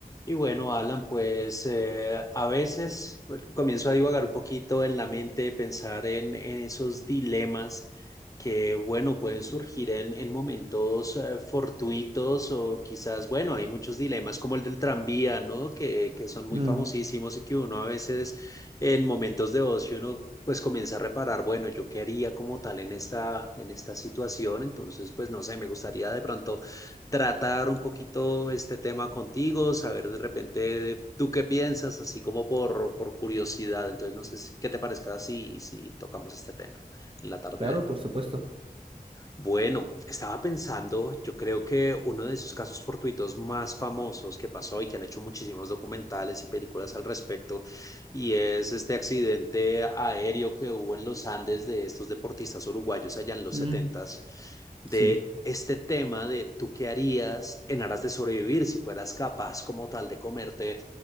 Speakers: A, on the left; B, on the right.
A: Y bueno, Alan, pues eh, a veces bueno, comienzo a divagar un poquito en la mente, pensar en, en esos dilemas que, bueno, pueden surgir en, en momentos eh, fortuitos o quizás, bueno, hay muchos dilemas como el del tranvía, ¿no? Que, que son muy
B: Mm,
A: famosísimos y que uno a veces en momentos de ocio uno pues comienza a reparar, bueno, ¿yo qué haría como tal en esta, en esta situación? Entonces, pues no sé, me gustaría de pronto tratar un poquito este tema contigo, saber de repente tú qué piensas, así como por, por curiosidad. Entonces, no sé si- qué te parezca si, si tocamos este tema en la tarde
B: claro,
A: de hoy.
B: por supuesto.
A: Bueno, estaba pensando, yo creo que uno de esos casos fortuitos más famosos que pasó y que han hecho muchísimos documentales y películas al respecto, y es este accidente aéreo que hubo en los Andes de estos deportistas uruguayos allá en los
B: Mm,
A: setentas de
B: sí,
A: este tema de tú qué harías en aras de sobrevivir si fueras capaz como tal de comerte